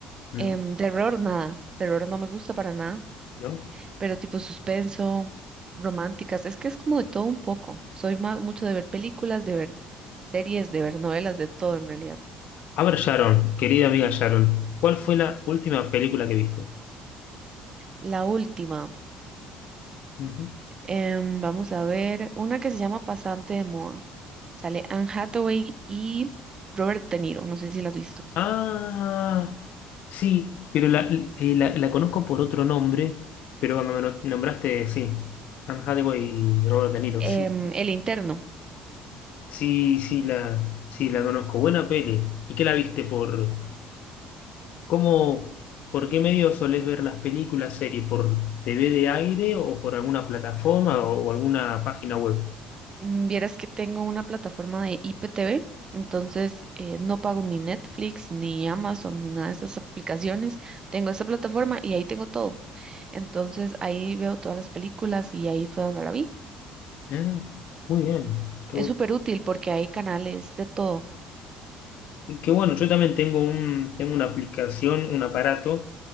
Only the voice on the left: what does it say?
¿Mm?
¿no?
A ver, Sharon, querida amiga Sharon, ¿cuál fue la última película que viste?
Ujú.
Ah, sí, pero la, eh, la, la conozco por otro nombre, pero cuando me no- nombraste, sí, Anne Hathaway y Robert De Niro,
sí,
sí, sí, la, sí, la conozco. Buena peli. ¿Y qué la viste por, cómo, por qué medio solés ver las películas, series? ¿Por TV de aire o por alguna plataforma o, o alguna página web?
Ah, muy bien, qué
bueno.
que bueno, yo también tengo un, tengo una aplicación, un aparato